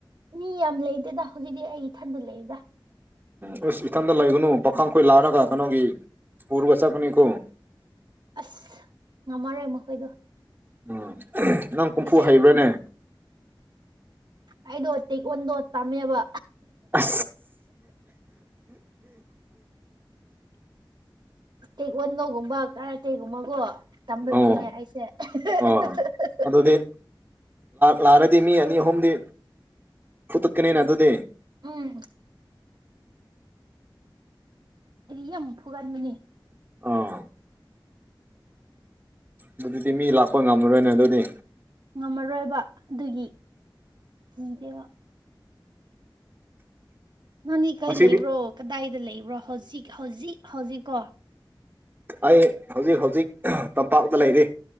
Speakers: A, on the right; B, on the right.
A: ꯃꯤ ꯌꯥꯝ ꯂꯩꯇꯦꯗ ꯍꯧꯖꯤꯛꯇꯤ ꯑꯩ ꯏꯊꯟꯗ ꯂꯩꯗ꯫
B: ꯎ ꯑꯁ ꯏꯊꯟꯗ ꯂꯩꯒꯅꯨ ꯄꯥꯈꯪꯈꯣꯏ ꯂꯥꯔꯒ ꯀꯩꯅꯣꯒꯤ ꯄ ꯄꯨꯔꯕꯁꯈꯅꯤ ꯀꯣ
A: ꯑꯁ ꯉꯝꯃꯔꯣꯏ ꯃꯈꯣꯏꯗꯣ꯫
B: ꯎꯝ ꯅꯪ ꯍꯨꯝꯐꯨ
A: ꯑꯩꯁꯦ
B: ꯍꯩꯕ꯭ꯔꯥꯅꯦ
A: ꯑꯩꯗꯣ ꯇꯦꯛ ꯑꯣꯟꯗꯣ ꯇꯝꯃꯦꯕ
B: ꯎꯝ
A: ꯇꯦꯛꯒꯟꯗꯣꯒꯨꯝꯕ ꯀꯔꯥꯇꯦꯛꯒꯨꯝꯕꯒꯣ ꯇꯝꯕ
B: ꯑꯣ
A: ꯃꯤꯅꯦ ꯑꯩꯁꯦ ꯑꯍ-ꯍ-ꯑꯍ-ꯍ-ꯍ꯫
B: ꯑꯣ ꯑꯗꯨꯗꯤ ꯂꯥꯛꯔꯗꯤ ꯃꯤ ꯑꯅꯤ ꯑꯍꯨꯝꯗꯤ ꯐꯨꯊꯛꯀꯅꯤꯅ ꯑꯗꯨꯗꯤ
A: ꯎꯝ__ ꯑꯩꯗꯤ ꯌꯥꯝ ꯐꯨꯒꯟꯕꯅꯦ꯫
B: ꯑꯥ ꯃꯗꯨꯗꯤ ꯃꯤ ꯂꯥꯛꯄ ꯉꯝꯂꯔꯣꯏꯅꯦ ꯑꯗꯨꯗꯤ꯫
A: ꯉꯝꯃꯔꯣꯏꯕ ꯑꯗꯨꯒꯤ ꯀꯤꯗꯦꯕ ꯅꯣꯅꯤ ꯀꯩ
B: ꯉꯁꯤꯗꯤ
A: ꯂꯩꯕ꯭ꯔꯣ ꯀꯗꯥꯏꯗ ꯂꯩꯕ꯭ꯔꯣ ꯍꯧꯖꯤꯛ ꯍꯧꯖꯤꯛ ꯍꯧꯖꯤꯛꯀꯣ꯫
B: ꯑꯩ ꯍꯧꯖꯤꯛ ꯍꯧꯖꯤꯛ ꯇꯝꯄꯥꯛꯇ ꯂꯩꯔꯤ